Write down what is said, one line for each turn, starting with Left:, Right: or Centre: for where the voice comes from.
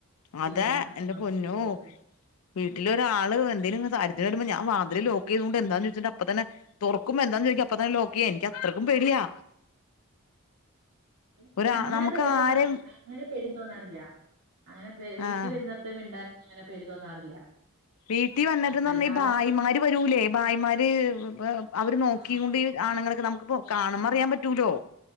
Right: പിന്നെയാ
Left: അതെ എന്റെ
Right: മക്കൾക്ക്
Left: പൊന്നോ വീട്ടിലൊരാള് എന്തോനങ്ങ് കാര്യത്തിനു വരുമ്പോ ഞാൻ വാതില് ലോക്ക് ചെയ്തോണ്ട് ന്താന്ന് ചോയ്ച്ചിട്ട് അപ്പ തന്നെ തൊർക്കുമ്പോ എന്താന്ന് ചോദിക്കും അപ്പ തന്നെ ലോക്കെയ്യും എനിക്ക് അത്രയ്ക്കും പേടിയാ
Right: എനിക്കൊന്നും
Left: ഒരാ
Right: അങനെ
Left: നമുക്ക്
Right: പേടിയൊന്നും
Left: ആരേം
Right: അങ്ങനെ പേടി തോന്നാറില്ല അങ്ങനെ വീട്ടിൽ
Left: ആഹ്
Right: വെർന്നോർത്ത് മിണ്ടാൻ അങ്ങനെ പേടി തോന്നാറില്ല
Left: വീട്ടിൽ വന്നിട്ടന്ന്
Right: അല്ലാതെ
Left: ഭായിമാര് വരൂലേ ഭായിമാര് അവര് നോക്കി
Right: ആഹ്
Left: കൊണ്ട് ആണുങ്ങളൊക്കെ നമുക്ക്പ്പോ കാണമ്പോറിയാൻ പറ്റൂലോ